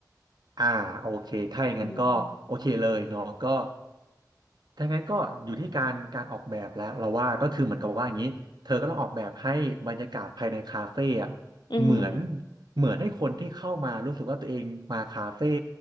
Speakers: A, on the right (about 70°); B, on the left (about 75°).
A: อ่าโอเคถ้าอย่างนั้นก็โอเคเลยเนาะก็
B: อืม
A: ถ้างั้นก็อยู่ที่การการออกแบบแล้วเราว่าก็คือเหมือนกับว่าอย่างนี้เธอก็ต้องออกแบบให้บรรยากาศภายในคาเฟ่อะ
B: อืม
A: เหมือนเหมือนให้คนที่เข้ามารู้สึกว่าตัวเองมาคาเฟ่